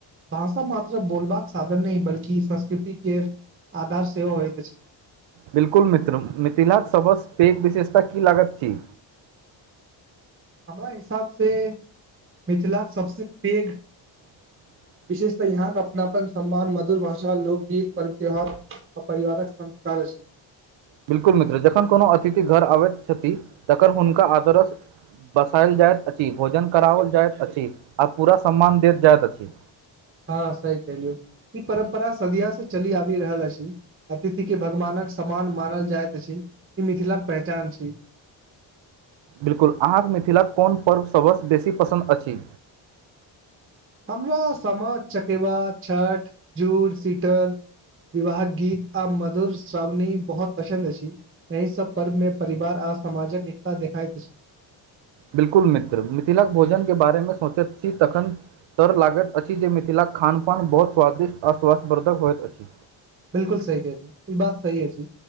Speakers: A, on the right; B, on the right.
A: भाषा मात बोलबाक साधन नहीं बल्कि संस्कृति के आधार सेहो होइत अछि
B: बिलकुल मित्र मिथिलाक सबस पैध विशेषता की लागत अछि
A: हमरा हिसाबसँ मिथिलाक सभ से पैघ
B: <inaudible>
A: विशेषतः यहाँ के अपनापन सम्मान मधुर भाषा लोकगीत पर्व त्यौहार आ परिवारक संस्कार अछि
B: बिल्कुल मित्र जखन कोनो अतिथि घर आबैथ छथि तकर हुनका आदरक स बसायल जायत अछि अछि भोजन कराओल जाइत अछि आ पूरा सम्मान देेल जाइत अछि
A: हँ सही क लियौ ई परम्परा सदिय से चली आबि रहल अछि अतिथि के भगवानक समान मानल जाइत अछि ई मिथिला के पहचान अछि
B: बिल्कुल अहाँके मिथिला कोन पर्व सभसँ बेसी पसन्द अछि
A: हमरा सामा चकेवा छठ जुड़ सीतल विवाहक गीत आ मधुर श्रावणी बहुत पसंद अछि एहि सब पर्व मे परिवार आ समाजक एकता देखाई दैत अछि
B: बिलकुल मित्र मिथिलाक भोजन के बारेमे सोचैत छी तखन तर लागैत अछि जे मिथिलाक खानपान बहुत स्वादिष्ट आश्वास्थवर्धक होयइत अछि
A: बिलकुल सही कहेलहु ई बात सही अछि